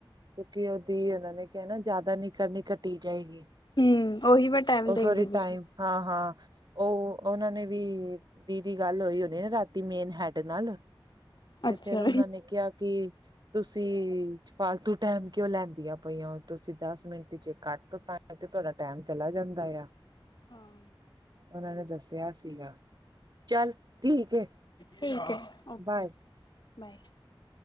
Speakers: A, on the right; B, on the left.
A: ਕਿਉਂਕਿ ਉਹਦੀ ਉਹਨਾ ਨੇ ਕਿਹਾ ਨਾ ਜਿਆਦਾ ਨੀ ਕਰਨੀ ਘਟੀ ਜਾਏਗੀ।
B: ਹੂ ਉਹੀ ਮੈਂ ਟਾਈਮ
A: ਉਹ
B: ਦੇਖਦੀ
A: ਸੋਰੀ
B: ਪੀ
A: ਟਾਈਮ
B: ਸੀ।
A: ਹਾਂ ਹਾਂ ਉਹ ਉਹਨਾਂ ਨੇ ਵੀ ਦੀਦੀ ਗੱਲ ਹੋਈ ਹੋਣੀ ਨਾ ਰਾਤੀ ਮੇਨ ਹੈਡ ਨਾਲ। ਤੇ
B: ਅੱਛਾ
A: ਫਿਰ ਉਹਨਾਂ ਨੇ ਕਿਹਾ ਕਿ ਤੁਸੀਂ ਫਾਲਤੂ ਟਾਈਮ ਕਿਉਂ ਲੈਂਦੀਆਂ ਪਈਆਂ ਓ ਤੁਸੀਂ ਦਸ ਮਿੰਟ ਜੇ ਕੱਟ ਤ ਇੱਥੇ ਤੁਹਾਡਾ ਟੈਮ ਚਲਾ ਜਾਂਦਾ ਆ।
B: ਹਾਂ
A: ਉਹਨਾਂ ਨੇ ਦੱਸਿਆ ਸੀਗਾ ਚੱਲ ਠੀਕ ਏ।
B: ਠੀਕ ਹੈ ਓਕੇ
A: ਬਾਏ
B: ਬਾਏ।